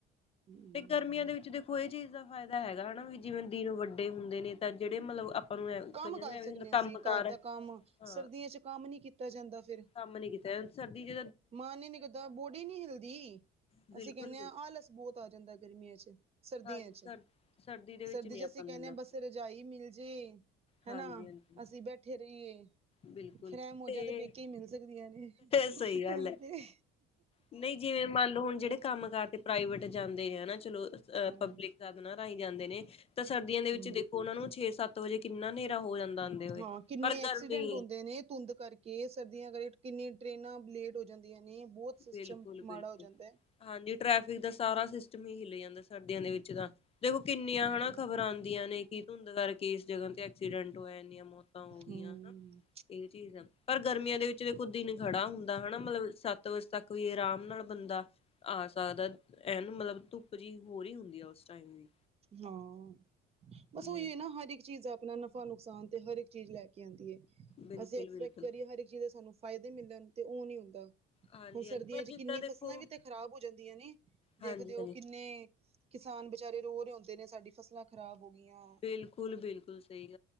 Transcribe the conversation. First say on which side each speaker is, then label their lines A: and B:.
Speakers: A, on the right; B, on the left.
A: ਹਮ
B: ਤੇ ਗਰਮੀਆਂ ਦੇ ਵਿੱਚ ਦੇਖੋ ਕੋਈ ਇਹ ਚੀਜ਼ ਦਾ ਫਾਇਦਾ ਹੈਗਾ ਹਨਾ ਵੀ ਜਿਵੇਂ ਦਿਨ ਵੱਡੇ ਹੁੰਦੇ ਨੇ ਤਾਂ ਜਿਹੜੇ ਮਤਲਬ
A: ਕੰਮ
B: ਕਈਆਂ
A: ਕਰ
B: ਨੂੰ ਐ
A: ਸਕਦੇ
B: ਵੀ ਹੁੰਦਾ
A: ਹਾਂ
B: ਕੰਮ
A: ਅਸੀਂ
B: ਕਾਰ
A: ਘਰ ਦਾ
B: ਹਾਂ
A: ਕੰਮ ਸਰਦੀਆਂ ਚ ਕੰਮ ਨੀ ਕੀਤਾ ਜਾਂਦਾ ਫਿਰ
B: ਕੰਮ ਨੀ ਕੀਤਾ ਸਰਦੀ ਜ
A: ਮਨ ਹੀ ਨੀ ਕਿੱਦਾਂ ਬੋਡੀ ਨੀ ਹਿਲਦੀ
B: ਬਿਲਕੁਲ-ਬਿਲਕੁਲ
A: ਅਸੀਂ ਕਹਿੰਦੇ ਹਾਂ ਆਲਸ ਬਹੁਤ ਆ ਜਾਂਦਾ ਗਰਮੀਆਂ ਚ ਸਰਦੀਆਂ
B: ਹਾਂਜੀ
A: ਚ,
B: ਸਰ ਦੇ ਵਿੱਚ
A: ਸਰਦੀ
B: ਨੀ
A: ਚ
B: ਆਪਾਂ
A: ਅਸੀਂ
B: ਨੂੰ
A: ਕਹਿੰਦੇ
B: ਦਿੰਦਾ
A: ਹਾਂ ਬਸ ਰਜਾਈ ਮਿਲ ਜੇ
B: ਹਾਂਜੀ-ਹਾਂਜੀ
A: ਹਨਾ ਅਸੀਂ ਬੈਠੇ ਰਹੀਏ
B: ਬਿਲਕੁਲ
A: ਫਿਰ ਐ ਮੌਜਾਂ
B: ਤੇ
A: ਦੇ ਪੇਕੇ ਹੀ ਮਿਲ ਸਕਦੀਆਂ ਨੇ
B: ਸਹੀ ਗੱਲ
A: ਹੁਣ
B: ਐ,
A: ਫੇਰ
B: ਨਹੀਂ ਜਿਵੇਂ ਮੰਨ ਲਓ ਹੁਣ ਜਿਹੜੇ ਕੰਮ ਕਾਰ ਤੇ ਪ੍ਰਾਈਵੇਟ ਜਾਂਦੇ ਹਨਾ ਚਲੋ ਅਹ
A: ਹੂੰ
B: ਪਬਲਿਕ ਸਾਧਨਾਂ ਰਾਹੀਂ ਜਾਂਦੇ ਨੇ ਤਾਂ ਸਰਦੀਆਂ ਦੇ ਵਿੱਚ
A: ਹੂੰ
B: ਦੇਖੋ ਉਹਨਾਂ ਨੂੰ ਛੇ ਸੱਤ ਵਜੇ ਕਿੰਨਾ ਹਨੇਰਾ ਹੋ ਜਾਂਦਾ ਹੋਏ
A: ਹਾਂ ਕਿੰਨੇ
B: ਪਰ
A: ਐਕਸੀਡੈਂਟ
B: ਗਰਮੀ
A: ਹੁੰਦੇ ਨੇ ਧੁੰਦ ਕਰਕੇ ਸਰਦੀਆਂ ਕਰਕੇ ਕਿੰਨੀ ਆ ਟਰੇਨਾਂ ਲੇਟ ਹੋ ਜਾਂਦੀਆਂ ਨੇ ਬਹੁਤ ਸਿਸਟਮ
B: ਬਿਲਕੁਲ
A: ਮਾੜਾ
B: ਬਿਲਕੁਲ
A: ਹੋ ਜਾਂਦਾ ਐ
B: ਹਾਂਜੀ ਟ੍ਰੈਫਿਕ ਦਾ ਸਾਰਾ ਸਿਸਟਮ ਹੀ ਹਿਲ ਜਾਂਦਾ ਸਰਦੀਆਂ ਦੇ ਵਿੱਚ ਤਾਂ ਦੇਖੋ ਕਿੰਨੀਆਂ
A: ਹੂੰ
B: ਹਨਾ ਖ਼ਬਰਾਂ ਆਂਦੀਆਂ ਨੇ ਕਿ ਧੁੰਦ ਕਰਕੇ ਇਸ ਜਗ੍ਹਾ ਤੇ ਐਕਸੀਡੈਂਟ ਹੋਇਆ ਔਰ ਨ ਮੌਤਾਂ ਹੋ ਗਈਆਂ
A: ਹੂੰ
B: ਹਨਾ ਇਹ ਚੀਜ਼ ਆ ਪਰ ਗਰਮੀਆਂ ਦੇ ਵਿੱਚ ਦੇਖੋ ਦਿਨ ਖੜਾ ਹੁੰਦਾ ਹਨਾ ਮਤਲਬ ਸੱਤ ਵਜ ਤੱਕ ਵੀ ਆਰਾਮ ਨਾਲ ਬੰਦਾ ਆ ਸਕਦਾ ਐਨ ਮਤਲਬ ਧੱਪ ਕੁਝੀ ਹੋਰ ਈ ਹੁੰਦੀ ਆ ਉਸ ਟਾਈਮ ਦੀ
A: ਹਾਂ ਬਸ ਉਹੀ
B: ਹਾਂਜੀ
A: ਐ ਨਾ ਹਰ ਇੱਕ ਚੀਜ਼ ਐ ੜ ਆਪਣਾ ਨਫਾ ਨੁਕਸਾਨ ਤੇ ਹਰ ਇੱਕ ਚੀਜ਼ ਲੈ ਕੇ <unintelligible>
B: ਬਿਲਕੁਲ
A: ਅਸੀਂ ਐਕਸਪੈਕਟ
B: ਬਿਲਕੁਲ
A: ਕਰੀਏ ਹਰ ਚੀਜ਼ ਦੇ ਸਾਨੂੰ ਫਾਇਦੇ ਮਿਲਣ ਤੇ ਉਹ ਨੀ ਹੁੰਦਾ
B: ਹਾਂਜੀ
A: ਹੁਣ
B: ਹਾਂਜੀ
A: ਸਰਦੀਆਂ
B: ਪਰ
A: ਚ
B: ਜਿੱਦਾਂ
A: ਕਿੰਨੀ
B: ਦੇਖੋ
A: ਫਸਲਾਂ ਵੀ ਤੇ ਖ਼ਰਾਬ ਹੋ ਜਾਂਦੀਆਂ ਨੇ ਦੇਖਦੇ
B: ਹਾਂਜੀ
A: ਹੋ
B: ਹਾਂਜੀ
A: ਕਿੰਨੇ ਕਿਸਾਨ ਬ ਵਿਚਾਰੇ ਰੋ ਰਹੇ ਹੁੰਦੇ ਨੇ ਸਾਡੀ ਫਸਲਾਂ ਖ਼ਰਾਬ ਹੋ ਗਈਆਂ,
B: ਬਿਲਕੁਲ ਬਿਲਕੁਲ ਸਹੀ